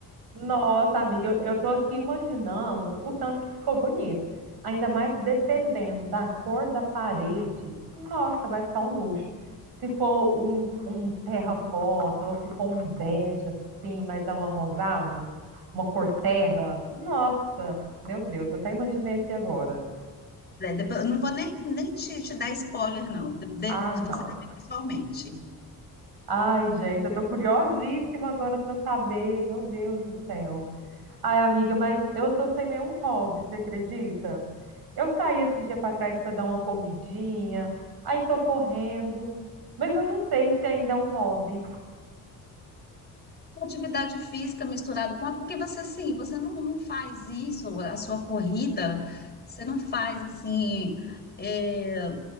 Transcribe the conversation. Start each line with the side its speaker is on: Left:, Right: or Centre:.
Right: Nossa, amiga, eu, eu tô aqui imaginando o tanto que ficou bonito. Ainda mais dependendo da cor da parede. Nossa, vai ficar um luxo. Se for um, um terracota ou se for um bege assim, mais amarronzado, uma cor terra. Nossa, meu Deus, eu até imaginei aqui agora.
Left: É, depois, eu não vou nem, nem te, te dar spoiler, não. De- de-
Right: Ah, não.
Left: você vai ver pessoalmente.
Right: Ai, gente, eu tô curiosíssima agora para saber. Meu Deus do céu. Ai, amiga, mas eu tô sem nenhum hobby, você acredita? Eu saí esse dia para trás para dar uma corridinha, aí tô correndo, mas eu não sei se ainda é um hobby.
Left: uma atividade física misturado com a, porque você assim, você não, não faz isso, a sua corrida, você não faz assim, é,